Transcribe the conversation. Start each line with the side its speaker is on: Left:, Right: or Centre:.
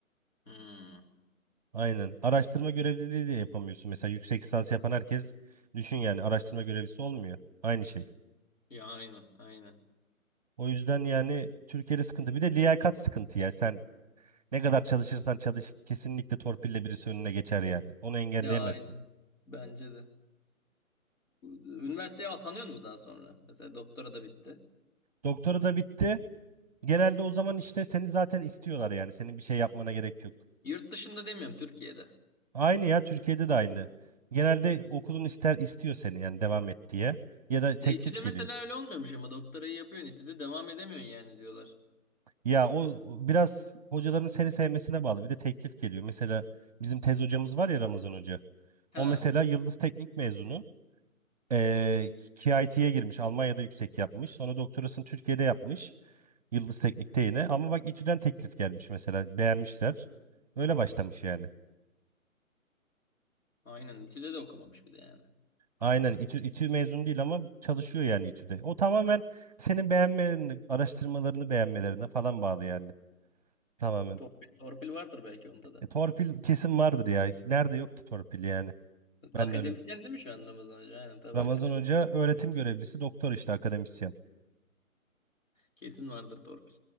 Left: Hmm.
Right: Aynen. Araştırma görevliliği de yapamıyorsun. Mesela yüksek lisans yapan herkes düşün yani araştırma görevlisi olmuyor. Aynı şey.
Left: Ya aynen, aynen.
Right: O yüzden yani Türkiye'de sıkıntı. Bir de liyakat sıkıntı ya. Sen ne kadar çalışırsan çalış kesinlikle torpille birisi önüne geçer yani. Onu engelleyemezsin.
Left: Ya aynen. Bence de. Üniversiteye atanıyor mu daha sonra? Mesela doktora da bitti.
Right: Doktora da bitti. Genelde o zaman işte seni zaten istiyorlar yani. Senin bir şey yapmana gerek yok.
Left: Yurt dışında demiyorum, Türkiye'de.
Right: Aynı ya Türkiye'de de aynı. Genelde okulun ister istiyor seni yani devam et diye. Ya da
Left: Ya
Right: teklif
Left: İTÜ'de mesela
Right: geliyor.
Left: öyle olmuyormuş ama doktorayı yapıyorsun İTÜ'de devam edemiyorsun yani diyorlar.
Right: Ya o o biraz hocaların seni sevmesine bağlı. Bir de teklif geliyor. Mesela bizim tez hocamız var ya Ramazan Hoca.
Left: He,
Right: O mesela Yıldız Teknik mezunu. Ee, KIT'ye girmiş. Almanya'da yüksek yapmış. Sonra doktorasını Türkiye'de yapmış. Yıldız Teknik'te yine. Ama bak İTÜ'den teklif gelmiş mesela. Beğenmişler. Öyle başlamış yani.
Left: aynen İTÜ'de de okumamış bir de yani.
Right: Aynen İTÜ, İTÜ mezun değil ama çalışıyor yani İTÜ'de. O tamamen senin beğenmelerini, araştırmalarını beğenmelerine falan bağlı yani. Tamamen.
Left: Torpil, torpil vardır belki onda da.
Right: E, torpil kesin vardır ya. Nerede yok ki torpil yani. Ben
Left: Akademisyen
Right: de öyle.
Left: değil mi şu an Ramazan Hoca? Aynen tabii
Right: Ramazan
Left: akademisyen.
Right: Hoca öğretim görevlisi, doktor işte akademisyen.
Left: Kesin vardır torpil.